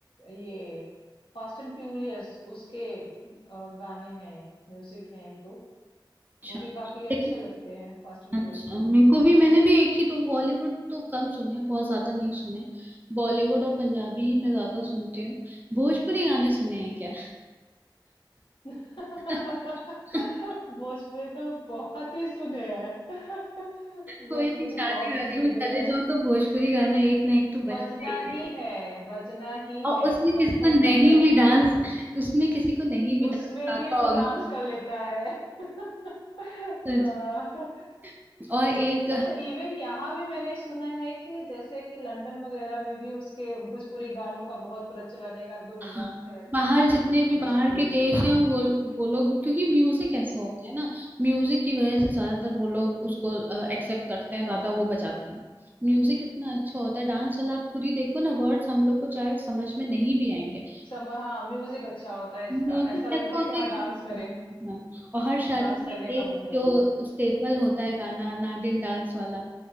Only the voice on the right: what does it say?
अच्छा
लेकिन
अच्छा
मेरे
को भी मैंने भी एक ही दो बॉलीवुड तो कम सुने हैं बहुत ज्यादा नहीं सुने बॉलीवुड और पंजाबी ही मैं ज्यादा सुनती हूँ भोजपुरी गाने सुने हैं क्या
<laughs>
कोई
भी शादी
वादी
में चले
जाओ तो भोजपुरी गाना एक ना एक तो बजते
ही है
और
उसमें
किसी को नहीं
भी
डांस
उसमें किसी को नहीं भी डांस
आता
होगा
ना,
सच
में। और एक
हाँ
बाहर
जितने भी बाहर
के देश
हैं वो वो लोग भी क्योंकि म्यूजिक ऐसा होता है ना म्यूजिक की वजह से ज्यादातर वो लोग उसको एक्सेप्ट करते हैं ज्यादा वो बजाते हैं म्यूजिक इतना अच्छा होता है डांस वाला आप खुद ही देखो ना वर्ड्स हम लोग को चाहे समझ में नहीं भी आएंगे
म्यूजिक
ऐसा
होता
है
कि म्यूजिक
हाँ और हर शादी
में
एक
जो
स्टेपल होता है गाना नागिन डांस वाला